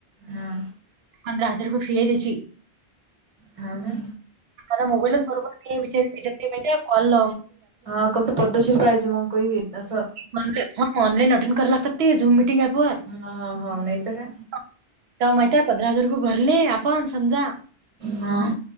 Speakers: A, on the right; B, on the right.
A: हा
B: पंधरा हजार. तर फियेची
A: हव ना.
B: ला मोबाईलच बरोबर, विचार विच ते माहितीे कॉलज
A: हा, कसं पद्धशीर पाहिजे मग कोही असं.
B: ऑ ह ऑलाईन अटेड करा लागात, ते झम मिटि ते्हा
A: हा हा हाव नाही तर काय
B: माहित आहे, पंधरा हजार रुपये भरले आपण समजा
A: हा.